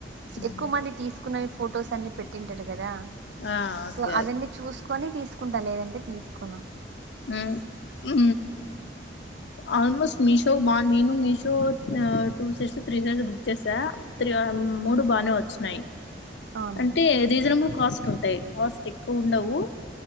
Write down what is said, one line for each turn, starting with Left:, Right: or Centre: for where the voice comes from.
Left: ఉమ్
Right: ఎక్కువ మంది తీస్ కున్నయి ఫొటోస్ అన్ని పెట్టింటారు కదా
Left: ఆ ఓకే
Right: సో అవన్ని చూస్ కొని తీసుకుంటా లేదంటే తీసుకొను
Left: ఊ ఉ ఆల్మోస్ట్ మీషో బా నేను Meesho two seats three seats book చేసా త్రి మూడు బానే వచ్చినయి
Right: అవునులే
Left: అంటే రీజనబుల్ కాస్ట్ ఉంటాయి కాస్ట్ ఎక్కువ ఉండవు